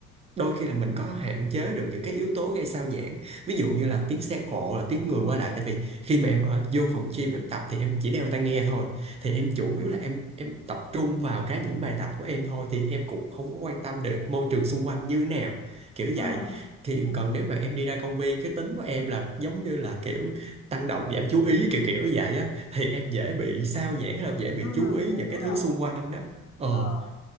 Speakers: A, on the right; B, on the left.
A: đôi khi là mình có hạn chế được những cái yếu tố gây sao nhãng ví dụ như là tiếng xe cộ là tiếng người qua lại tại vì khi mà em ở vô phòng gym em tập thì em chỉ đeo tai nghe thôi thì em chủ
B: ừ
A: yếu là em em tập trung vào cái những bài tập của em thôi thì em cũng không có quan tâm được môi trường xung quanh như nào kiểu
B: ừ
A: vậy thì
B: ừ
A: còn nếu mà em đi ra công viên cái tính của em là giống như là kiểu tăng động giảm chú ý kiểu kiểu vậy á thì em dễ bị sao nhãng là dễ bị
B: ừ,
A: chú ý
B: chị
A: những
B: hiểu
A: cái
B: rồi
A: thứ xung
B: chị
A: quanh
B: hiểu
A: đó ờ
B: ờ